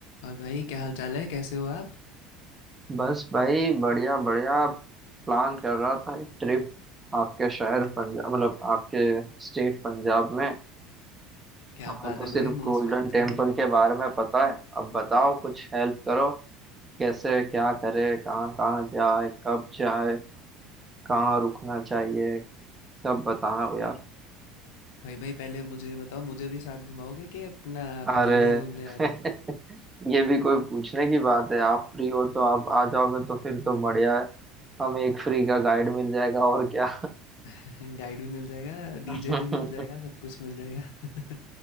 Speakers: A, on the left (about 60°); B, on the right (about 20°).
A: और भाई क्या हाल चाल है कैसे हो आप
B: बस भाई बढ़िया बढ़िया प्लान कर रहा था एक ट्रिप आपके शहर पंजाब मतलब आपके स्टेट पंजाब में
A: क्या
B: हमें
A: बात
B: तो
A: है भाई
B: सिर्फ
A: Most
B: गोल्डन
A: welcome
B: टेम्पल के बारे में पता है अब बताओ कुछ हेल्प करो कैसे क्या करे कहाँ कहाँ जाए कब जाए कहाँ रुकना चाहिए सब बताना हो यार
A: भाई भाई पहले मुझे ये बताओ मुझे भी साथ घुमाओगे कि अपना आप
B: अरे
A: अकेले ही घूमने आ
B: <laughs>
A: रहे
B: ये भी कोई पूछने की बात है आप फ्री हो तो आप आ जाओगे तो फिर तो बढ़िया है हमें एक फ्री का गाइड मिल जाएगा और क्या
A: हो <laughs> गाइड भी मिल जाएगा
B: <laughs>
A: डीजे भी मिल जाएगा सब कुछ मिल जाएगा <laughs>